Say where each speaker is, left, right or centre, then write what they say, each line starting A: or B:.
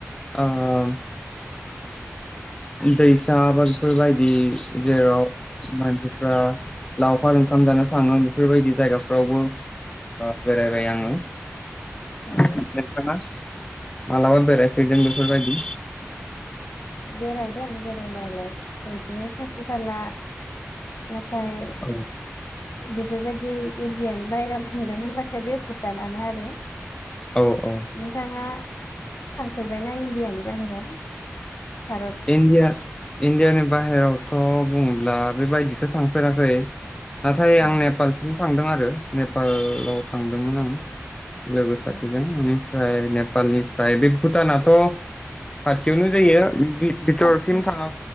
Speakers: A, on the left (about 20°); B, on the left (about 70°).
A: आम दैसा बा बेफोरबायदि जेराव मानसिफ्रा लावखार ओंखाम जानो थाङो बेफोरबायदि जायगाफ्रावबो ओ बेरायबाय आङो।
B: औ
A: <unintelligible> मालाबा बेरायफेरदों बेफोरबायदि
B: बेेराय देन बेरायनायालाय बिदिनो खाथि खाला नाथाय
A: औ
B: बेफोरबायदि इण्डियानि बाहेरायाव थांदों होनबाथाय बे भुटानानो आरो।
A: औ औ
B: नोंथाङा थांफेरबायना इण्डियानि बाहेराव भारत
A: इण्डिया इण्डिया नि बाहेरावथ' बुङोब्ला बेबायदिथ' थांफेराखै नाथाय
B: औ
A: आं नेपालसिम थांदों आरो नेपालाव थांदोंमोन आं लोगो सासेजों
B: औ
A: बेनिफ्राय नेपालनिफ्राय बे भुटानाथ' खाथियावनो जायो। बेथरसिम
B: खाथि
A: थाङां